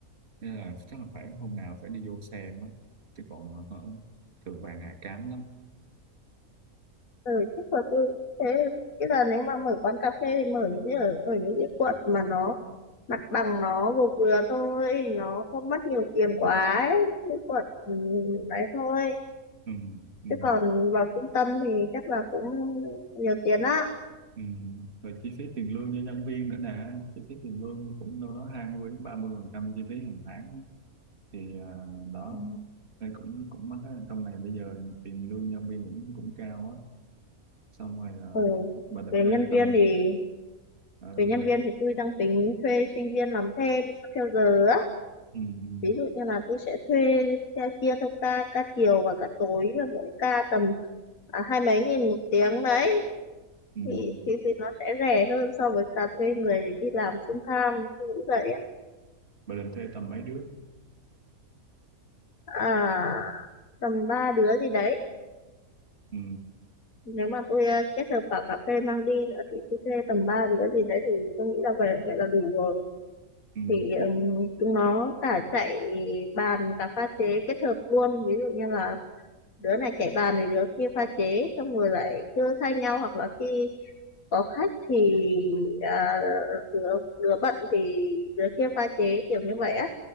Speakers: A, on the right (about 45°); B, on the left (about 70°).
A: nên là chắc là phải hôm nào phải đi vô xem á chứ còn ờ, thượng vàng hạ cám lắm
B: ừ chắc là tôi thế bây giờ nếu mà mở quán cà phê thì mở những cái ở ở những cái quận mà nó mặt bằng nó vừa vừa thôi nó không mất nhiều tiền quá ấy. những quận ừ, đấy thôi
A: ừ, ừ,
B: chứ còn vào trung tâm thì chắc là cũng nhiều tiền á
A: ừ. rồi chi phí tiền lương cho nhân viên nữa nè chi phí tiền lương cũng đâu đó 20 đến 30 phần trăm chi phí hàng tháng thì à, đó
B: Ừ.
A: đây cũng cũng mắc á trong này bây giờ tiền lương nhân viên cũng cũng cao á xong rồi là
B: ừ.
A: bà định
B: về
A: thuê
B: nhân
A: tầm
B: viên thì
A: ờ,
B: về nhân
A: bà định,
B: viên thì tôi đang tính thuê sinh viên làm thêm theo giờ á
A: ừ, ừ,
B: ví dụ như là tôi sẽ thuê theo chia theo ca ca chiều và ca tối là mỗi ca tầm à, hai mấy nghìn một tiếng đấy
A: ừ, ừ,
B: thì, thì thì nó sẽ rẻ hơn so với cả thuê người đi làm full time như vậy á
A: bà định thuê tầm mấy đứa
B: à, tầm ba đứa gì đấy
A: ừ,
B: nếu mà tôi ờ, kết hợp cả cà phê mang đi nữa thì tôi thuê tầm 3 đứa gì đấy thì tôi nghĩ là vậy vậy là đủ rồi
A: ừ,
B: thì ừm, chúng nó cả chạy bàn cả pha chế kết hợp luôn ví dụ như là đứa này chạy bàn thì đứa kia pha chế xong rồi lại cứ thay nhau hoặc là khi có khách thì à, đứa đứa bận thì đứa kia pha chế kiểu như vậy á